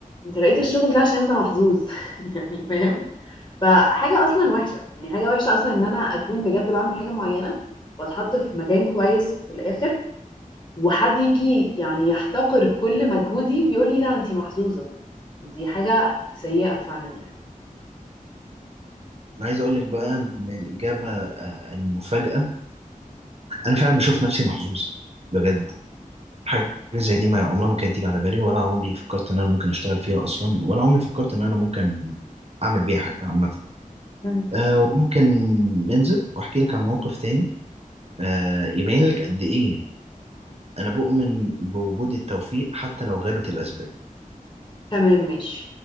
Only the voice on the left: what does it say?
انت لقيت الشغل ده عشان انت محظوظ <laughs> يعني فاهم فحاجة اصلا وحشة يعني حاجة وحشة اصلا ان انا اكون بجد بعمل حاجة معينة واتحط في مكان كويس في الاخر وحد يجي يعني يحتقر كل مجهودي ويقول لي لا انت محظوظة دي حاجة سيئة فعلا يعني
مم.
تمام ماشي